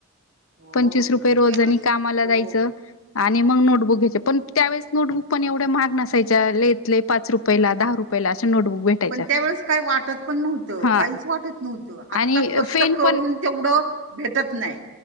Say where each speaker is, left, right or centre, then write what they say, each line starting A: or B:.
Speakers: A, on the right (about 65°); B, on the left (about 75°).
A: हो
B: पंचवीस रुपये
A: नाही
B: रोजनी
A: त्यावेेळेस
B: कामाला
A: हो
B: जायचं आणि मग नोटबुक घ्यायचे पण त्यावेेळेस नोटबुक पण एवढ्या महाग नसायच्या लेतले पाच पाच रुपयाला
A: नसायची
B: दहा रुपयाला असं नोटबुक भेटायच्या
A: पण त्यावेेळेस काही वाटत पण नव्हतं
B: हा
A: काहीच वाटत नव्हतं आता
B: आणि
A: कष्ट
B: पेन
A: करून
B: पण
A: तेवढं भेटत नाही